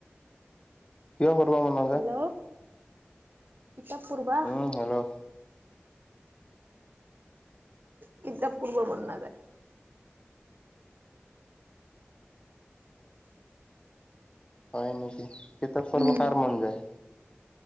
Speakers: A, on the left; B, on the right.
A: কিয় পৰিব মনত?
B: হেল্ল' কিতাপ পঢ়িবা।
A: উম হেল্ল'
B: কিতাপ পঢ়িব মন নাযায়।
A: হয় নেকি? কিতাপ পঢ়িব
B: উম
A: কাৰ মন যায়।